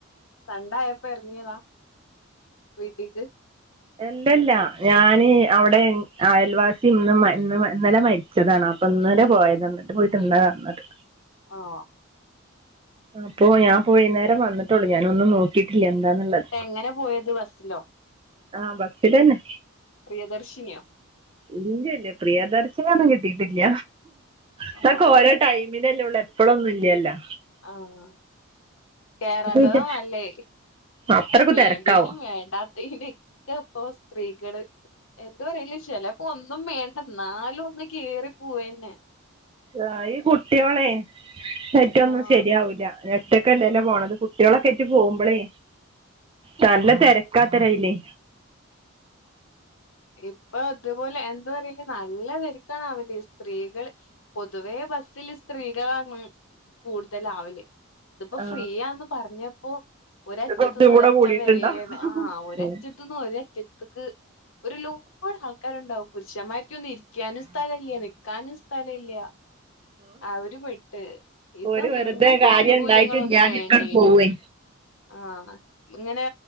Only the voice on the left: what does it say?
സൺഡായപ്പോ ഇറങ്ങിയതാ വീട്ടിക്ക്?
<unintelligible>
എങ്ങനെ പോയത് ബസ്സിലോ?
പ്രിയദർശിനിയോ
ആഹ്
ആഹ് കേറാത്തതാ
നല്ലേ
വേണ്ടിനും
വേണ്ടാത തിനൊക്കെ ഇപ്പോ സ്ത്രീകള് എന്താ പറയല് ചെലപ്പോ ഒന്നും മേണ്ടന്നാലും ഒന്ന് കേറി പോവന്നെ
ആഹ്
ഇപ്പൊ അതുപോലെ എന്ത് പറയല് നല്ല തരക്ക് ക്കണാവില്ലേ സ്ത്രീകൾ പൊതുവേ ബസ്സില് സ്ത്രീകളാണ് മുഴു കൂട്തലാവില്ല് ഇതിപ്പോ
ഫ്രീയാന്ന് പറഞ്ഞപ്പോ ഒരറ്റത്ത്ന്ന്
ഒരറ്റം
വരെന്ന് ആഹ് ഒരറ്റത്ത്ന്ന്
ഒരറ്റത്ത്ക്ക് ഒരു ലുപ്പട് ആൾക്കാരുണ്ടാവും പുരുഷന്മാർക്കൊന്നും ഇരിക ഇരിക്കാനും സ്ഥല ഇല്ല നിക്കാനും സ്ഥല ഇല്ല അവരും പെട്ട് ഇതൊന്നും
ഇങ്ങത്തെ
ആനുകൂല്യങ്ങളൊന്നും
വേണ്ടേനു
ആഹ് ഇങ്ങനെ